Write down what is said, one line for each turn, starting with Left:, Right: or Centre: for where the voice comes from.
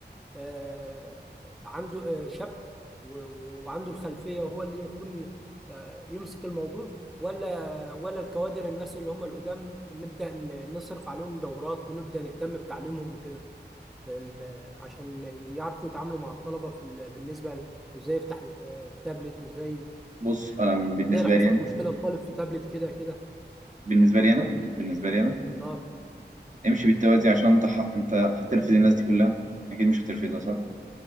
Centre: آه، عنده آه، شاب و- وعنده الخلفية وهو اللي يكون آه، يمسك الموضوع ولا ولا الكوادر الناس اللي هم القدام نبدأ ن- نصرف عليهم دورات ونبدأ نهتم بتعليمهم وكده في ال- عشان يعرفوا يتعاملوا مع الطلبة في ال- بالنسبة ل- ازاي يفتح آه، التابلت ازاي
Right: بص انا بالنسبه
Centre: ازاي لو حصلت
Right: لي انا
Centre: مشكلة لطالب في تابلت كده كده
Right: بالنسبه لي انا بالنسبه لي انا
Centre: اه
Right: امشي بالتوازي عشان انت ح... انت هترفض الناس دي كلها اكيد مش هترفضها صح